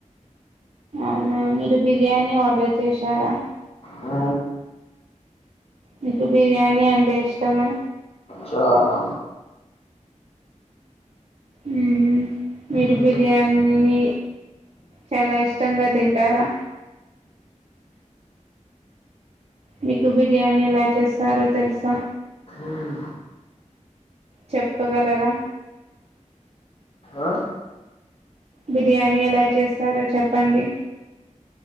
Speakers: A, on the right; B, on the left.
A: అవునా మీరు బిర్యానీ ఆర్డర్ చేశారా
B: ఊ
A: నీకు బిర్యానీ అంటే ఇష్టమా?
B: చాలా
A: ఉహుమ్ మీరు
B: ఉం,
A: బిర్యానీ ని చాలా ఇష్టంగా తింటారా మీకు బిర్యానీ ఎలా చేస్తారో తెలుసా,
B: ఉం,
A: చెప్పగలరా
B: ఆ?
A: బిర్యానీ ఎలా చేస్తారో చెప్పండి.